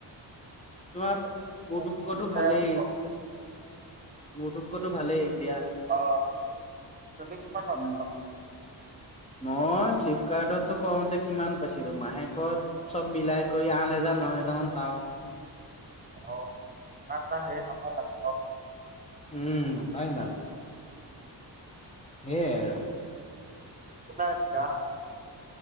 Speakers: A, on the left (about 15°); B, on the right (about 20°).
A: তোমৰ
B: ভালে
A: মোৰ টোতকৈতু
B: চলি যায়
A: ভালেই
B: আৰু।
A: মোৰটোত কৈ তো ভালেই দিয়া
B: অ তুমি কিমান
A: উম
B: পোৱা
A: মই ফ্লিপকাৰ্টতো কওঁতে কিমান পাইছিলো মাহেকত চব মিলাই কৰি আঠ হেজাৰ ন হেজাৰ জাৰমান পাও
B: অ তাতা হেই <unintelligible>
A: উম নহয় ইমান সেইয়াই আৰু
B: আপোনাৰ দা